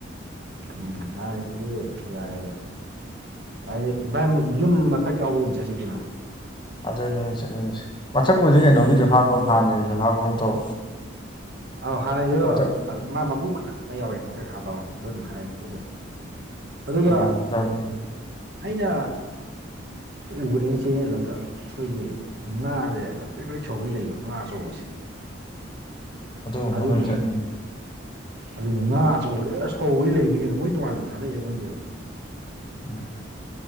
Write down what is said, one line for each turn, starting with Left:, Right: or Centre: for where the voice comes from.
Right: ꯎꯝ ꯍꯟꯅꯩꯗꯨꯗꯤ ꯌꯥꯔꯦꯗ ꯍꯥꯌꯗꯤ ꯚꯥꯏ ꯌꯨꯝ ꯃꯊꯛ ꯌꯥꯎꯕꯗꯣ ꯑꯣꯏꯅ ꯆꯠꯁꯤ ꯀꯩꯅꯣ
Left: ꯑꯗꯨꯅꯦ ꯑꯩꯅꯥ ꯆꯠꯅꯤꯡꯉꯤꯁꯦ ꯃꯊꯛꯄꯨꯁꯤ ꯀꯩꯅꯣꯒꯤꯁꯨ ꯍꯥꯞꯄ ꯍꯥꯟꯅꯒꯤꯖꯤ ꯍꯥꯞꯄꯒꯨꯝ ꯇꯧ
Right: ꯑꯧ ꯍꯥꯟꯅꯩꯗꯣ
Left: ꯂꯣꯛꯇꯥꯛ
Right: ꯃꯥ <unintelligible> ꯑꯃ ꯌꯥꯎꯋꯦ ꯃꯊꯛ ꯍꯥꯞꯄ ꯑꯃ ꯑꯩꯈꯣꯏ ꯍꯥꯟꯅꯩ ꯃꯄꯨꯗꯣ ꯑꯗꯨꯒ
Left: ꯑꯥ ꯂꯣꯛꯇꯥꯛꯀꯤ
Right: ꯑꯩꯅ ꯎꯒꯔ꯭ꯦꯅꯦ ꯆꯦꯅꯦꯜ ꯑꯝꯗ ꯑꯩꯈꯣꯏꯒꯤ ꯉꯥꯖꯦ ꯄꯔꯤꯛ ꯄꯔꯤꯛ ꯁꯧꯒꯩ ꯂꯩꯕ ꯉꯥ ꯑꯆꯧꯕꯁꯦ
Left: ꯃꯐꯝꯗ
Right: ꯑꯗꯨ <unintelligible>
Left: ꯑꯣꯏꯅ ꯆꯠꯅꯤꯡꯉꯤ
Right: ꯑꯗꯨ ꯉꯥ ꯑꯆꯧꯕꯁꯦ ꯁꯧꯒꯩ ꯂꯩꯕꯅꯤ ꯀꯩꯅꯣ ꯃꯣꯏ ꯇꯣꯉꯥꯟꯅ ꯊꯥꯗꯩꯔꯥ ꯈꯪꯗꯦꯕ
Left: <unintelligible>